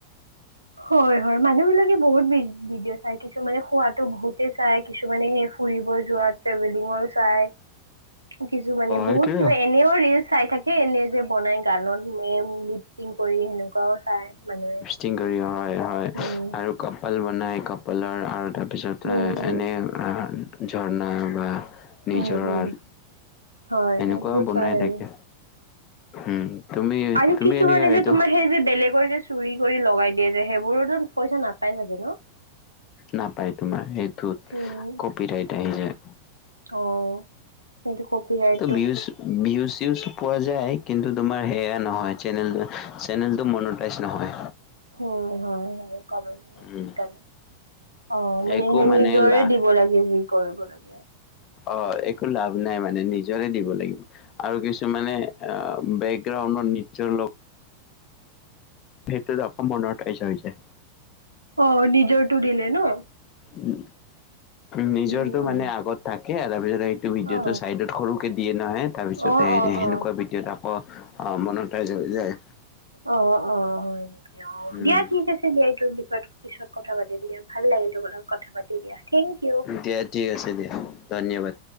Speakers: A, on the right; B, on the left.
A: হয় হয় মানুহ বিলাকে বহুত ভি ভিডিঅ' চাই কিছুমানে খোৱাতো বহুতেই চাই কিছুমানে সেই ফুৰিব যোৱা ট্ৰেভেলিঙৰ চাই। <unintelligible> কিছু মানে বহুত
B: সেইটোৱে
A: কিবা এনেও ৰিলচ চাই থাকে এনে যে বনাই গানত মেম লোত চিং কৰি সেনেকুৱাও চাই মানুহে।
B: চিং কৰি হয় হয়
A: উম
B: আৰু কপাল বনাই কপ পলৰ আৰু তাৰপিছত
A: উম উম
B: এনে ঝৰ্ণা বা নিজৰাৰ
A: উম উম হয়
B: এনেকুৱাও
A: এইবোৰ
B: বনাই
A: চাই
B: থাকে
A: আৰু।
B: উম তুমি
A: আৰু
B: তুমি
A: কিছুমানে
B: এনেকা
A: যে
B: এইটো
A: তোমাৰ সেই যে বেলেগৰ যে চুৰি কৰি লগাই দিয়ে যে সেইবোৰতো পইচা নাপাই চাগে ন?
B: নাপায় তোমাৰ সেইটোত
A: উম
B: কপি ৰাইট আহি যায়।
A: অ সেইটো কপিৰাইট
B: ভিউছ বি ভিউছ-চিউছ পোৱা যায়, কিন্তু তোমাৰ সেয়া নহয় চেনেল চেনেলটো মনোটাইজ নহয়।
A: হু হয় সেনেকুৱা মানে
B: উম
A: সেইকাৰণে, অ মানে
B: একো
A: সেই নিজৰে
B: লা
A: দিব লাগে যি কৰিব লাগে।
B: অ একো লাভ নাই মানে নিজৰে দিব লাগিব আৰু কিছুমানে অ বেকগ্ৰাউণ্ডৰ নিশ্চয় লগ সেইটোতো অসম বন্ধত আহিছে আহিছে
A: অ নিজৰটো দিলে ন?
B: উম, নিজৰটো
A: উম উম
B: মানে আগত থাকে তাৰপিছত সেইটো ভিডিঅ'টো
A: অ
B: চাইডত সৰুকে দিয়ে নহয়, তাৰ পিছত
A: অ অ
B: সেনেকুৱা
A: অ
B: ভিডিঅত আকৌ অ মনোটাইজ হৈ যায়।
A: অ অ হয় নেকি? অ
B: উম
A: দিয়া ঠি ঠিক আছে দিয়া এইটোৰ বিষয়ত পিছত কথা পাতিম দিয়া ভাল লাগিল তোৰ লগত কথা পাতি দিয়া। থেংক ইউ
B: দিয়া ঠিক আছে দিয়া ধন্যবাদ।